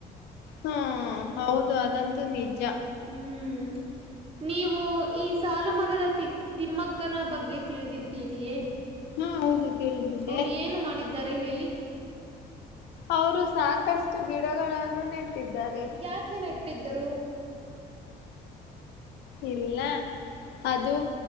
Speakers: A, on the left; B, on the right.
A: ಹಾ ಹೌದು ಅದಂತೂ ನಿಜ.
B: ಹ್ಮ್ ನೀವು ಈ ಸಾಲು ಮರದ ತಿ ತಿಮ್ಮಕ್ಕನ ಬಗ್ಗೆ ತಿಳಿದಿದ್ದೀರಿಯೇ.
A: ಹಾ ಹೌದು. ತಿಳಿದಿದೆ
B: ಅವರ ಏನು ಮಾಡಿದ್ದಾರೆ ಹೇಳಿ.
A: ಅವರು ಸಾಕಷ್ಟು ಗಿಡಗಳನ್ನು ನೆಟ್ಟಿದ್ದಾರೆ
B: ಯಾಕೆ ನೆಟ್ಟಿದ್ದರು.
A: ಇಲ್ಲ ಅದುೂ